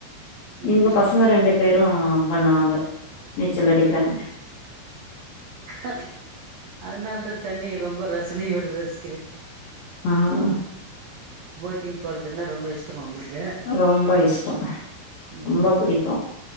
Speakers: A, on the right (about 80°); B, on the left (about 65°).
A: ம்ஹூம்
B: எங்க பசங்க ரெண்டு பேரு பண்ணுவாங்க நீச்சல் அடிக்றாங்க
A: அத அதனால தா தண்ணிய ரொம்ப ரசனையோடரச்
B: ஆமா
A: போட்டிங் போறதுன்னா ரொம்ப இஷ் டோ அவங்ளுக்கு
B: ரொம்ப இஷ்டோ
A: ம்
B: ரொம்ப
A: ம்
B: பிடிக்கு